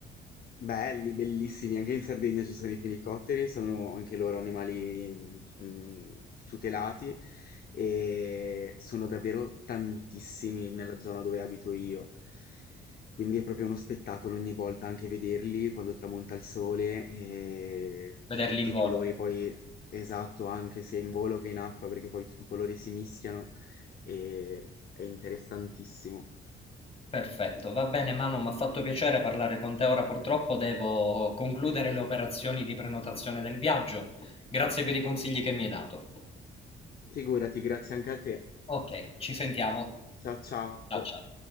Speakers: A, on the left; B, on the left.
A: Belli, bellissimi, anche in Sardegna ci sono i felicotteri, sono anche loro animali mm, tutelati e sono davvero tantissimi nella zona dove abito io. Quindi è proprio uno spettacolo ogni volta anche vederli quando tramonta il sole e
B: Vederli
A: tutti
B: in volo.
A: i colori poi esatto, anche sia in volo che in acqua, perché poi tutti i colori si mischiano e è interessantissimo.
B: Perfetto, va bene Manu, m'ha fatto piacere parlare con te. Ora purtroppo devo concludere le operazioni di prenotazione del viaggio. Grazie per i consigli che mi hai dato.
A: Figurati, grazie anche a te.
B: Ok, ci sentiamo.
A: Ciao ciao.
B: Ciao ciao.